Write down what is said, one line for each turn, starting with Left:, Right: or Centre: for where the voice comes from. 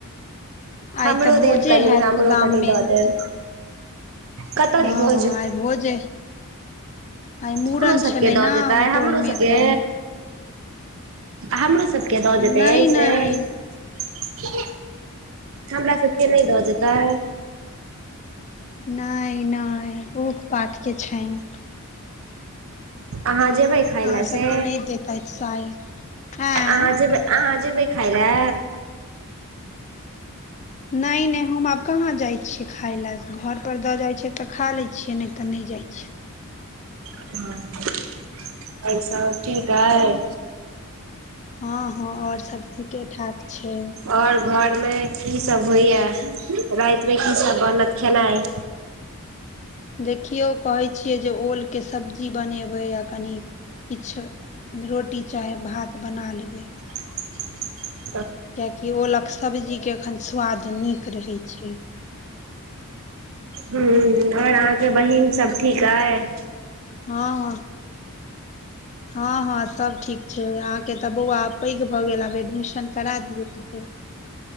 Right: हमरो
Left: आइ तऽ भोजे
Right: देब कनि
Left: हैत
Right: हमरो
Left: गाम
Right: कनि
Left: मे
Right: दऽ देब कतऽ
Left: हँ
Right: हय भोज?
Left: हँ
Right: <inaudible>
Left: आइ भोजे आइ मूड़न
Right: अपनो सबके
Left: छलै
Right: दऽ
Left: ने
Right: देतै
Left: ओहि
Right: हमरो
Left: टोल मे
Right: सबके
Left: तऽ
Right: हमरो सबके के दऽ देतै
Left: नहि
Right: से।
Left: नहि
Right: हमरा सबके नहि दऽ देतै?
Left: नहि नहि <unintelligible> पात के छनि।
Right: अहाँ जेबै खाय ले
Left: सबके
Right: से
Left: नहि देतैथ साया आँ
Right: अहाँ जे अहाँ जेबै? खलै।
Left: नहि नहि, हम आब कहाँ जाइत छी खाइ लेल? घरपर दऽ जाइत छै तऽ खा लै छी, नहि तऽ नहि जाइत छी।
Right: हँ। आओर सभ ठीक हइ।
Left: हँ, हँ, और सभ ठीके ठाक छै।
Right: आओर घरमे कि सभ होइया रातमे कि सभ बनत खेनाइ?
Left: देखियौ, कहै छियै जे ओलके सब्जी बनेबै आ कनि। कीछो रोटी चाहे भात बना लेबै।
Right: <inaudible>
Left: किएक तँ ओलके सब्जीके एखन स्वाद नीक रहैत छै।
Right: हू, और आहाँकेँ बहिन सभ ठीक ऐ
Left: हँ, हँ, हँ, हँ, सभ ठीक छै, अहाँकेँ तऽ बौआ आब पैघ। भऽ गेल आब एडमिशन कर दियौ।